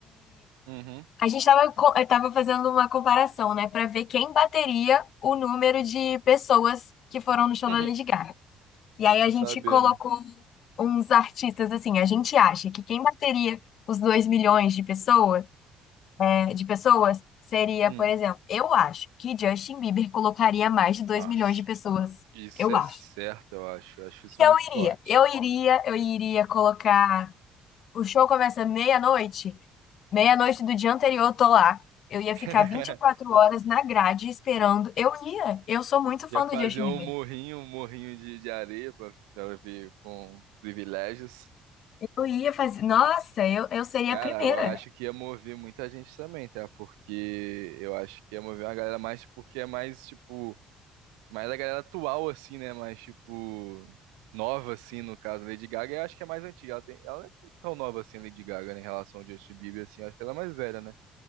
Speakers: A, on the right; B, on the left.
A: uhum.
B: A gente estava tava fazendo uma comparação, né, para ver quem bateria o número de pessoas que foram no show
A: <laughs>
B: da Lady Gaga. E aí
A: Pra
B: a gente
A: saber,
B: colocou
A: né?
B: uns artistas assim, a gente acha que quem bateria os 2 milhões de pessoas, é, de pessoas seria,
A: Hum,
B: por exemplo, eu acho que Justin Bieber colocaria mais de dois
A: nossa.
B: milhões de pessoas.
A: Isso
B: Eu
A: é
B: acho.
A: certo, eu acho. Eu acho isso
B: Eu
A: muito forte.
B: iria, eu iria, eu iria colocar. O show começa meia-noite. Meia-noite do dia anterior, eu tô lá. Eu ia
A: <laughs>
B: ficar vinte e quatro horas na grade esperando. Eu ia. Eu sou muito fã
A: Ia fazer
B: do Justin
A: um
B: Bieber.
A: morrinho, um morrinho de, de areia pra, pra ver com privilégios.
B: Eu ia fazer. Nossa, eu, eu seria
A: Cara,
B: a primeira.
A: eu acho que ia mover muita gente também, tá? Porque eu acho que ia mover uma galera mais porque é mais, tipo, mais a galera atual, assim, né? Mais, tipo, nova, assim, no caso. Lady Gaga, eu acho que é mais antiga. Ela, tem... ela não é tão nova assim, Lady Gaga, né? Em relação ao Justin Bieber, assim. Eu acho que ela é mais velha, né?